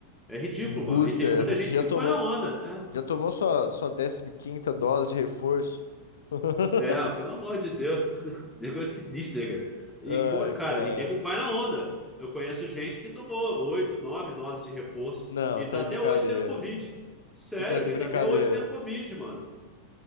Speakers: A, in the centre; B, on the left (about 65°).
A: É ridículo,
B: Booster,
A: mano. E teve muita
B: <laughs> você
A: gente
B: já
A: que
B: tomou,
A: foi na onda. né?
B: já tomou sua, sua décima quinta dose de reforço? <laughs>
A: É, pelo amor de Deus. <laughs> Nego é sinistro, né, cara? E,
B: Ah,
A: como é- cara,
B: cara.
A: e nego vai na onda. Eu conheço gente que tomou oito, nove doses de reforço
B: Não,
A: e
B: você
A: tá
B: tá de
A: até
B: brincadeira.
A: hoje tendo Covid. Sério,
B: Você tá de
A: e
B: brincadeira.
A: tá até hoje tendo Covid, mano.